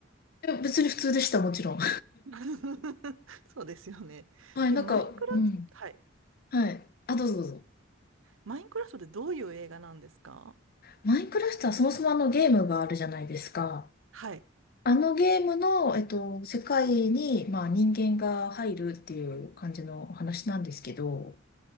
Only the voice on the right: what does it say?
<laughs> そうですよね。
え、
マインクラフト、
はい。
マインクラフトってどういう映画なんですか
はい。